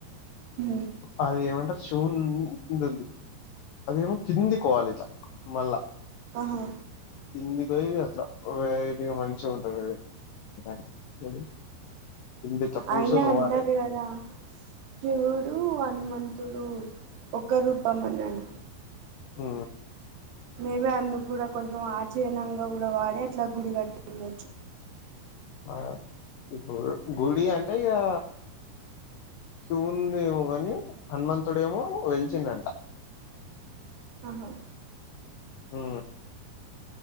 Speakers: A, on the right; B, on the left.
A: ఉహు
B: అది ఏమంటారు శివున్ని దగ్ అదేమో కిందికోవాలి ఇట్లా మళ్ళా
A: ఆహా
B: కిందికోయి అట్లా వెరైటీగ మంచి ఉంటంది అది <unintelligible> కింద ఇట్లా కూర్చొని
A: అయినా
B: పోవాలే
A: అంటారు కదా శివుడు, హనుమంతుడు ఒక రూపంమని అన్
B: ఊ
A: మేబి అందుకు కూడా కొంచెం ఆచరణంగా కూడా వాడి అట్లా గుడి కట్టినారు.
B: ఆ ఇప్పుడు గుడి అంటే ఇగా శివుంది ఏమో గాని హనుమంతుడుమో వెలిచిందంట.
A: ఆహా
B: ఉ